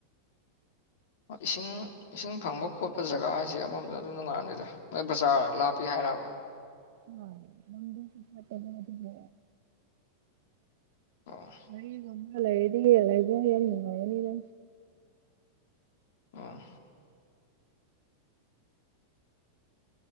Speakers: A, on the left; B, on the right.
A: ꯏꯁꯤꯡ ꯏꯁꯤꯡ ꯐꯪꯕ ꯈꯣꯠꯄ ꯖꯒꯥ ꯍꯥꯏꯁꯦ ꯑꯃꯔꫭꯝꯗ ꯑꯗꯨꯝ ꯅꯨꯡꯉꯥꯏꯔꯝꯅꯤꯗ ꯃꫭꯏ ꯕꯖꯥꯔ ꯂꯥꯞꯄꯤ ꯍꯥꯏꯔꯕ
B: ꯍꯣꯏ ꯂꯥꯝꯕꯤꯁꯨ ꯐꯠꯇꯕ ꯑꯗꯨꯒꯤ
A: ꯑꯣ
B: ꯒꯔꯤꯒꯨꯝꯕ ꯂꯩꯔꯗꯤ ꯂꯩꯕ ꯌꯥꯝ ꯅꯨꯡꯉꯥꯏꯔꯅꯤꯗꯥ
A: ꯑꯣ